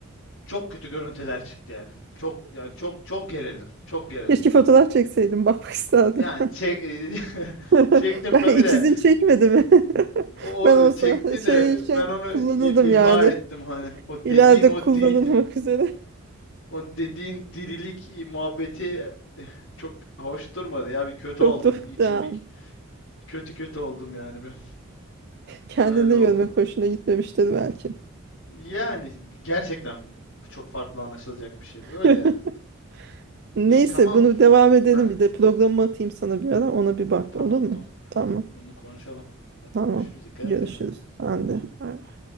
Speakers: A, on the left (about 70°); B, on the right (about 55°).
A: Çok kötü görüntüler çıktı yani. Çok yani çok çok gerildim. Çok gerildim.
B: Keşke fotoğraf çekseydim bakmak isterdim.
A: Yani çek <laughs>
B: <laughs>
A: çektim
B: Ben
A: tabii
B: ikizin
A: de
B: çekmedi mi? <laughs>
A: o, o
B: Ben olsa
A: çekti
B: şey
A: de
B: için
A: ben onu
B: kullanırdım
A: i- imha
B: yani.
A: ettim hani. O
B: İleride
A: dediğin o
B: kullanılmak
A: diri,
B: üzere.
A: o dediğin dirilik muhabbeti çok hoş durmadı ya. Bir kötü
B: Çok
A: oldum.
B: tuhaf
A: Bir içim
B: da.
A: bir kötü kötü oldum yani bir.
B: Kendinde
A: Öyle oldu.
B: görmek hoşuna gitmemiştir belki.
A: Yani gerçekten çok farklı anlaşılacak bir şeydi. Öyle
B: <laughs>
A: yani.
B: Neyse
A: İyi tamam.
B: bunu devam edelim
A: Hah.
B: bir de programımı atayım sana bir ara ona bir bak
A: Tamam
B: olur mu?
A: tamam.
B: Tamam
A: Bunu konuşalım. Hadi
B: tamam
A: görüşürüz. Dikkat
B: görüşürüz
A: et kendine.
B: sen de bay bay.